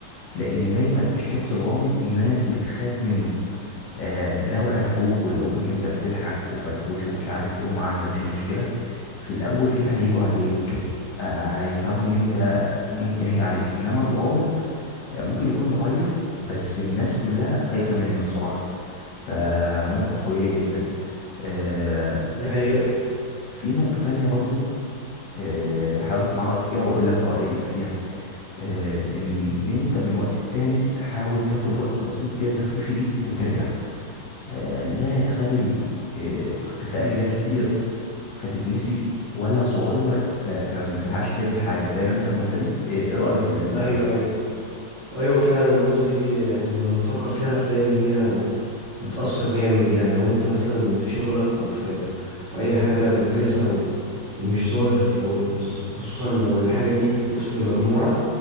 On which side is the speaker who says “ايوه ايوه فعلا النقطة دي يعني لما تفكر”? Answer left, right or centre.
Right